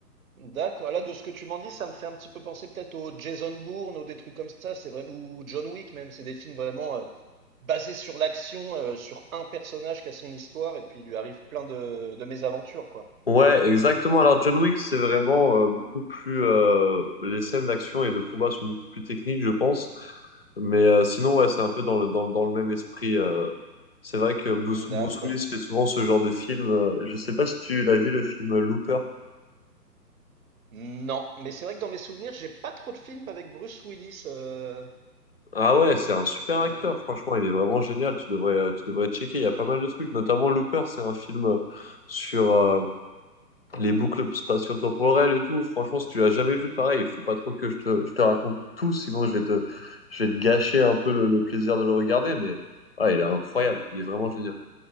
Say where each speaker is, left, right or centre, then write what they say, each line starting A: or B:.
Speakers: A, on the right (about 55°); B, on the left (about 40°).
A: D'accord. Là, de ce que tu m'en dis, ça me fait un petit peu penser peut-être au Jason Bourne ou des trucs comme ça. C'est vraiment ou John Wick même. C'est des films vraiment euh, basés sur l'action, euh, sur un personnage qui a son histoire et puis il lui arrive plein de, de mésaventures, quoi.
B: Ouais, exactement. Alors John Wick, c'est vraiment euh, beaucoup plus... euh, les scènes d'action et de combat sont beaucoup plus techniques, je pense. Mais euh, sinon, ouais, c'est un peu dans le, dans, le- dans le même esprit. euh. C'est vrai que Bruce,
A: D'accord.
B: Bruce Willis fait souvent ce genre de film. euh, je sais pas si tu l'as vu, le film Looper.
A: Non, mais c'est vrai que dans mes souvenirs, j'ai pas trop de films avec Bruce Willis. euh,
B: Ah ouais, c'est un super
A: euh,
B: acteur, franchement, il est vraiment génial, tu devrais, euh, tu devrais checker, il y a pas mal de trucs, notamment Looper, c'est un film euh, sur euh, les boucles spatio-temporelles et tout, franchement, si tu l'as jamais vu, pareil, il faut pas trop que je te, je te raconte tout, sinon je vais te, je vais te gâcher un peu le, le plaisir de le regarder, mais ah, il est incroyable, il est vraiment génial.